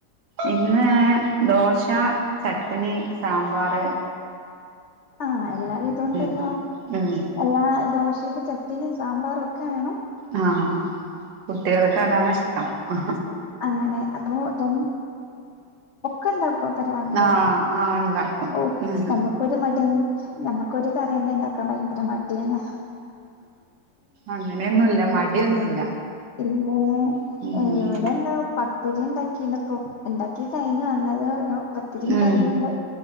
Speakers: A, on the right (about 85°); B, on the left (about 75°).
A: ഇന്ന് ദോശ ചട്ട്ണി സാമ്പാറ്
B: ആ എല്ലാ വിധം ഉണ്ടല്ലോ
A: ഉം ഉം
B: എല്ലാ ദോശക്ക് ചട്ട്നിം സാമ്പാറും ഒക്കെ വേണം
A: ആ കുട്ടികൾക്ക് അതാാണ് ഇഷ്ടം ആ
B: അങ്ങനെ അപ്പൊ രണ് ഒക്കെ ഇണ്ടാക്കും അപ്പൊ രാവിലെ
A: ആഹ് ആഹ് ഇണ്ടാക്കും
B: ഓഹ്
A: ആഹ്
B: നമുക്കൊരു മടി നമ്മക്കൊരു കറിന്നെ ഉണ്ടാക്കാൻ ഭയങ്കര മടി തേങ്ങ
A: അങ്ങനെയൊന്നുല്ല മടിയൊന്നുല്ല
B: ഇന്നലെ
A: ഉം
B: <unintelligible> പത്തിരി ഉണ്ടാക്കീണ്പ്പൊ ഉണ്ടാക്കി കഴിഞ്ഞ് വന്നതേ ഒള്ളു പത്തിരീം
A: ഉം
B: കറിയുണ്ട്